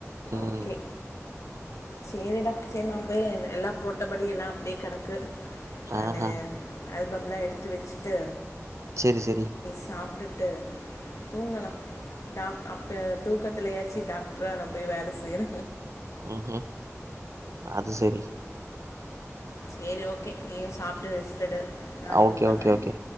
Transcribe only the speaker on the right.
ம்.
ஆஹா.
சேரி செரி
ம் அது சரி
ஓகே
ஓகே ஓகே